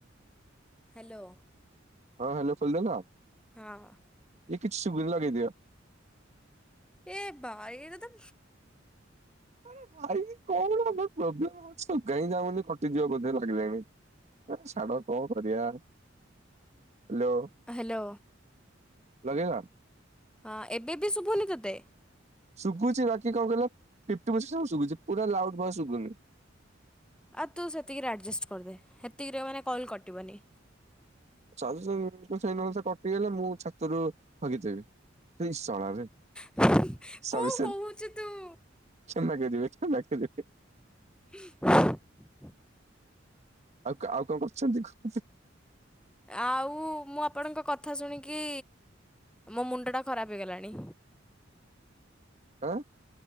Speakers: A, in the centre; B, on the right.
A: ହ୍ୟାଲୋ।
B: ହଁ ହ୍ୟାଲୋ ଖୋଲିଲୁ ତ?
A: ହଁ।
B: ଏ କିଛି ସୁବୁ ଲଗେଇଦିଅ।
A: ଏ ବାଇ ଏରା ତ
B: ଆରେ ଭାଇ କଣ ଆମର ପ୍ରୋବ୍ଲେମ ଅଛି ଶୁଭା ହିଁ ଯାଉନି କଟିଯିବ ବୋଧେ ଲାଗିଲାଣି। ଏ ଛାଡ କଣ କରିବା। Hello
A: hello.
B: ଲଗେଇଲ
A: ହଁ ଏବେ ବି ଶୁଭୁନି ତତେ?
B: ଶୁବୁଚି ବାକି କଣ କହିଲ ଫିଫ୍ଟି ପର୍ସେଣ୍ଟ ସାଉଣ୍ଡ ଶୁବୁଚି ପୁରା ଲାଉଡ ଭଏସ୍ ଶୁୁବୁନି।
A: ଆଉ ତୁ ସେତିକିରେ ଆଡ଼ଜଷ୍ଟ କରିଦେ। ହେତିକିରେ ମାନେ କଲ୍ କଟିବନି।
B: <unintelligible> କଟିଗଲେ ମୁଁ ଛାତରୁ ହଗିଦେବି। ଇ ଶଳାବେ,
A: କଣ
B: ସରି ସରି।
A: <unintelligible>
B: କ୍ଷମା କରିବେ, କ୍ଷମା କରିବେ।
A: ହ <inaudible>
B: ଆଉ ଆଉ କଣ କରୁଚନ୍ତି କୁହନ୍ତୁ?
A: ଆଉ ମୁଁ ଆପଣଙ୍କ କଥା ଶୁଣିକି ମୋ ମୁଣ୍ଡଟା ଖରାପ ହେଇଗଲାଣି।
B: ଆଁ